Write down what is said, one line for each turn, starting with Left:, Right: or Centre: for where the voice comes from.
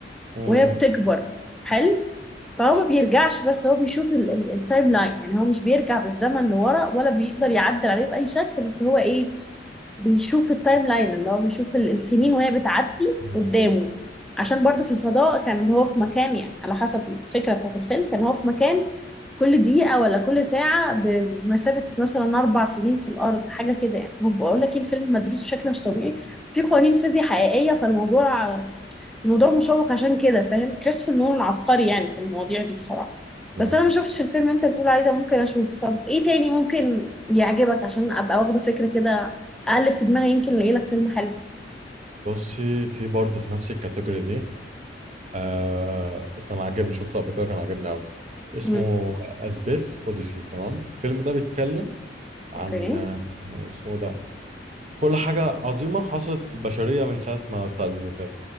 Right: مم.
Centre: وهي بتكبر حلو فهو ما بيرجعش بس هو بيشوف ال- ال- التايم لاين يعني هو مش بيرجع بالزمن لورا ولا بيقدر يعدل عليه بأي شكل بس هو ايه بيشوف التايم لاين اللي هو بيشوف ال- السنين وهي بتعدي
Right: مم.
Centre: قدامه عشان برضه في الفضاء كان هو في مكان يعني على حسب الفكرة بتاعت الفيلم كان هو في مكان كل دقيقة ولا كل ساعة بمثابة مثلا أربع سنين في الأرض حاجة كده يعني هو بقول لك إيه الفيلم مدروس بشكل مش طبيعي في قوانين فيزياء حقيقية فالموضوع الموضوع مشوق عشان كده فاهم كريستوفر نولان عبقري يعني في المواضيع دي بصراحة
Right: مم.
Centre: بس انا ما شفتش الفيلم اللي انت بتقول عليه ده ممكن اشوف طب ايه تاني ممكن يعجبك عشان ابقى واخدة فكرة كده اقلب في دماغي يمكن الاقي لك فيلم حلو
Right: بصي في برضه في نفس الكاتيجوري دي آه وكان عاجبني شفته قبل كده كان عاجبني قوي اسمه
Centre: مم.
Right: اسبيس اوديسي تمام الفيلم ده بيتكلم عن
Centre: اوكي
Right: آه، اسمه ده كل حاجة عظيمة حصلت في البشرية من ساعة ما ابتدت وكده